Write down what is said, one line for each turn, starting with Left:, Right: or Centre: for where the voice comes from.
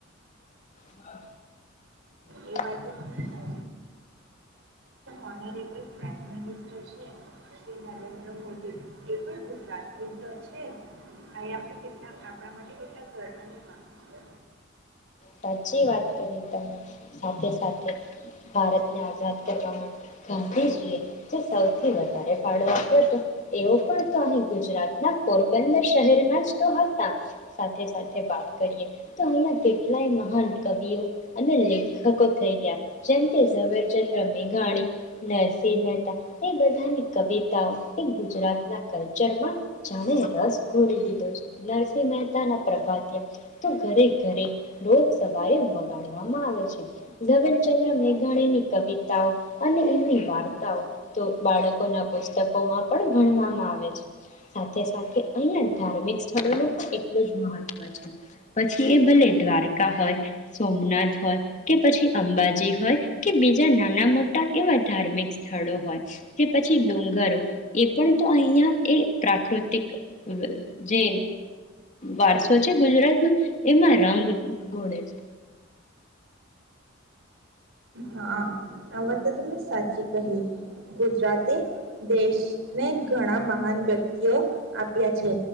Left: હા <unintelligible>
Right: એ વાત તો તમે સાચ્ચી ઓનોરેબલ પ્રાય મિનસ્ટર છે, નરેન્દ્ર મોદી એ પણ ગુજરાત ના તો છે, અહીંયા પણ આપણા માટે કેટલા ગર્વની વાત છે.
Left: સાચી વાત કરી તમે, સાથે-સાથે ભારતને આઝાદ કરવા માટે ગાંધીજી એ, જે સૌથી વધારે ફાળો આપ્યો હતો એવો પણ તો અહી ગુજરાતના પોરબંદર શહેરના જ તો હતા, સાથે-સાથે વાત કરીએ તો, અહીંયા કેટ ટલાય મહાન કવિઓ અનેં લેખકો થઈ રહ્યા, જમ ધવરચંદ્ર મેઘાણી, નરસિંહ મહેતા, એ બધાની કવિતાઓ એ ગુજરાતના કલ્ચરમાં જાણે રસ ઘોડી દીધો છે, નરસિંહ મહેતા ના પ્રભાત તો ઘરે ઘરે રોજ સવારે વગાડવામાં આવે છે, ધવેલચંદ્ર મેઘાણીની કવિતાઓ અને એમની વાર્તાઓ તો બાળકોના પુસ્તકોમાં પણ ભણવામાં આવે છે, સાથે સાથે અહીયાંયા ધાર્મિક સ્થળોનું પણ એટલું જ મહત્વ છે, પછી એ ભલે દ્વાર હોય, સોમનાથ હોય કે પછી અંબાજી હોય, કે બીજા નાના મોટા એવા ધાર્મિક સ્થળો હોય કે પછી ડુંગરો, એ પણ તો અહિયાં એ પ્રાકૃતિક જે વારસો છે ગુજરાતનો એમાં રંગ ગોડે છે.
Right: હા, આ વાતે તમે સાચી કહી. ગુજરાતે દેશને ઘણા મહાન વ્યક્તિઓ આપ્યા છે.